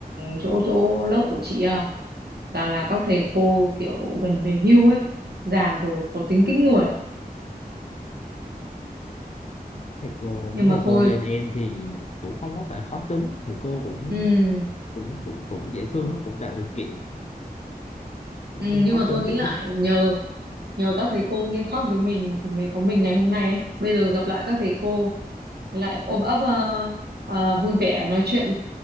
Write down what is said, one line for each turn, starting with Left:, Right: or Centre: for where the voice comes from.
Right: chỗ chỗ lớp của chị à toàn là các thầy cô kiểu gần về hưu ấy già rồi khó tính kinh người
Left: thầy cô
Right: nhưng
Left: mấy thầy
Right: mà thôi
Left: cô bên em thì cũng không có phải khó tính thầy cô cũng
Right: ừ
Left: cũng cũng cũng dễ thương cũng tạo điều kiện những
Right: Ừ,
Left: khi
Right: nhưng
Left: khó
Right: mà
Left: tính
Right: thôi nghĩ
Left: thì
Right: lại
Left: ít
Right: nhờ nhờ các thầy cô nghiêm khắc với mình thì mới có mình ngày hôm nay ấy. Bây giờ gặp lại các thầy cô lại ôm ấp ờ, ờ, vui vẻ nói chuyện